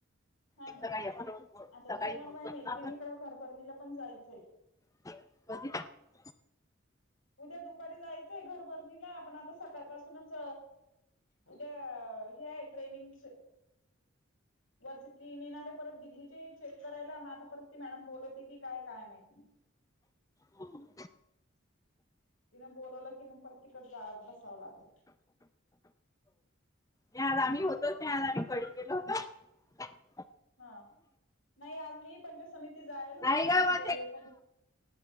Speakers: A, on the left; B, on the left.
A: हा ना
B: सकाळी आपण रोज बोल
A: आता
B: सकाळी
A: उद्या मला
B: बोलतोच
A: नाही मैत्रिणीकडे
B: ना आपण
A: घरभरणीला पण जायचंय
B: कध
A: उद्या दुपारी जायचंय घरभरणीला आपण आता सकाळपासूनच उद्या हे आहे ट्रेनिंग वर्सिटी मि येणारे परत दिल्लीचे चेक करायला आता परत ती मॅडम बोलवते की काय काय माहिती <inaudible>
B: होम
A: तिनं बोलवलं की मग प्र्यिकच गाळात बसावं लागल
B: ते आज आम्ही होतो ते आज आम्ही कडी केेलो होत
A: हा नाही आज मी पंचायत समिती जायला होती
B: नाही ग मग
A: ते पंच